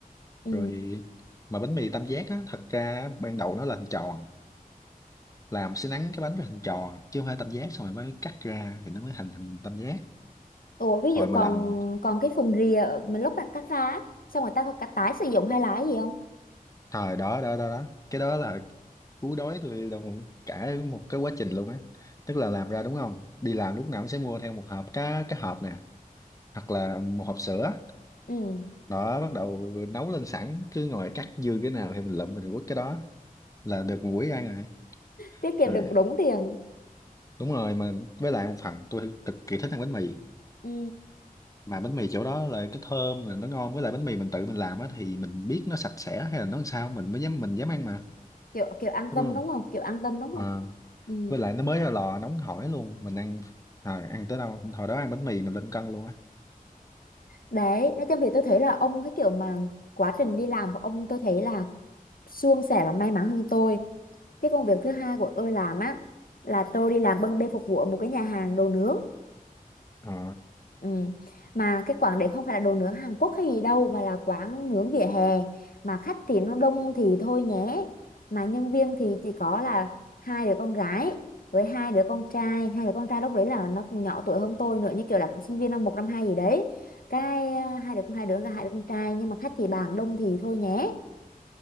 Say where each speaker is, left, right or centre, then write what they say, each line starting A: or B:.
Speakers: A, on the left; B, on the left.
A: ừ
B: rồi mà bánh mì tam giác á thật ra ban đầu nó là hình tròn làm sẽ nắn cái bánh ra hình tròn chứ không phải tam giác xong rồi mới cắt ra thì nó mới thành thành tam giác
A: Ủa ví dụ
B: rồi mà
A: còn
B: làm
A: còn cái phần rìa ở- mình lúc mà cắt ra á, xong người ta có cả tái sử dụng hay là cái gì không?
B: Thời đó đó đó đó cái đó là cú đói tôi đồng cả một cái quá trình luôn á tức là làm ra đúng không đi làm lúc nào cũng sẽ mua theo một hộp cá cái hộp nè hoặc là một hộp sữa
A: Ừ.
B: đó bắt đầu nấu lên sẵn cứ ngồi cắt dư cái nào thì mình lụm mình quất cái đó là được một buổi ăn rồi
A: Tiết kiệm
B: rồi
A: được đúng tiền.
B: đúng rồi mà với lại một phần tôi cực kỳ thích ăn bánh mì
A: Ừ.
B: mà bánh mì chỗ đó là cái thơm là nó ngon với lại bánh mì mình tự mình làm á thì mình biết nó sạch sẽ hay là nó làm sao mình mới dám mình dám ăn mà
A: Kiểu kiểu an
B: đúng
A: tâm
B: không
A: đúng không? Kiểu an tâm đúng không?
B: Ờ
A: Ừ.
B: với lại nó mới ra lò nóng hổi luôn mình ăn à, ăn tới đâu hồi đó ăn bánh mì mình lên cân luôn á
A: Đấy, nói chung thì tôi thấy là ông cái kiểu mà quá trình đi làm của ông tôi thấy là suôn sẻ và may mắn hơn tôi. Cái công việc thứ hai của tôi làm á là tôi đi làm bưng bê phục vụ ở một cái nhà hàng đồ nướng.
B: à,
A: Ừ. Mà cái quán đấy không phải là đồ nướng Hàn Quốc hay gì đâu mà là quán nướng vỉa hè mà khách thì nó đông thì thôi nhé mà nhân viên thì chỉ có là hai đứa con gái với hai đứa con trai hai đứa con trai lúc đấy là nó cũng nhỏ tuổi hơn tôi nữa như kiểu là cũng sinh viên năm một năm hai gì đấy cái à, hai đứa con hai đứa là hai đứa con trai nhưng mà khách thì bàn đông thì thôi nhé